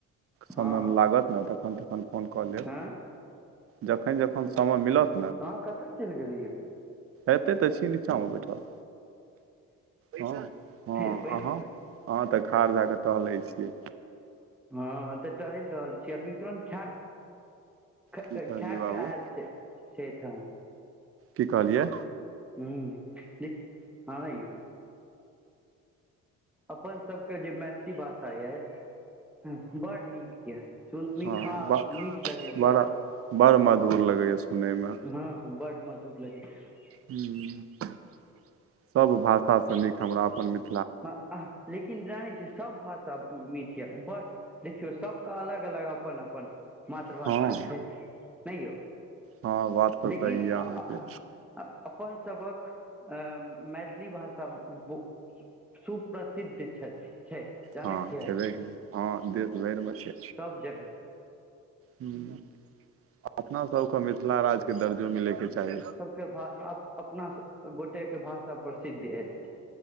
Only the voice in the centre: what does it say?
हँ
हँ
अहाँ कतऽ चलि गेलियै।
एथे
बैस
हँ, तऽ टहल रहल छी, अखनी तुरन्त खैं ख -
खैं
कऽ आयल छै छयठाम।
हूं देखि हँ यौ। अपन सबकऽ जे मैथिली भाषा यैथ हँ, बड़ नीक यऽ, सुन मिठास
मीठ लगैए
बड।
हँ - हँ बड मधुर लगै यैं।
हँ, आह, लेकिन जानै छियै, सब भाषा मीठ यऽ बड। देखियौ सब कऽ अलग-अलग, अपन-अपन मातृभाषा
छथि, नहि यौ
लेकिन
आ-आ-अह अ-अपन सभक ॲ मैथिली भाषा बो सुप्रसिद्ध छथ छैथ जानै
छियै।
सभ जगह
के भा आप अपना सब गोटेके भाषा प्रसिद्ध अछि।